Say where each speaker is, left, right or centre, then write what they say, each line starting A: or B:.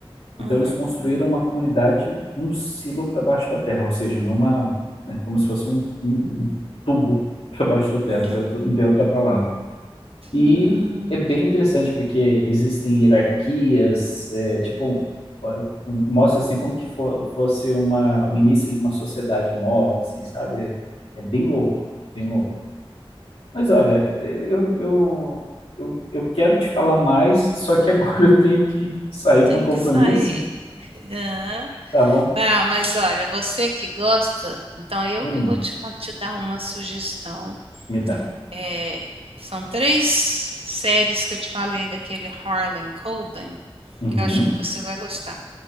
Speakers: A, on the left; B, on the right.
A: Então
B: hum,
A: eles construíram uma comunidade num silo para baixo da terra, ou seja, numa, né, como se fosse um, um- um tubo <laughs> para baixo da terra,
B: hum,
A: não tem outro- não tem outra palavra. E
B: hum.
A: é bem interessante porque existem hierarquias, é, tipo um- mostra assim como que fo- fosse uma, o início de uma sociedade nova, assim, sabe? É, é bem louco, bem louco. Mas olha, eu, eu, eu, eu quero te falar mais, só que agora <laughs> eu tenho que sair
B: Tem
A: para um compromisso,
B: que sair. <laughs> Aham.
A: tá bom?
B: Ah, mas olha, você que gosta, então eu
A: Hum,
B: que vou te, fa- te dar uma sugestão.
A: me dá.
B: É, são três séries que eu te falei daquele Harlan Coben,
A: Uhum,
B: que eu acho que você vai gostar.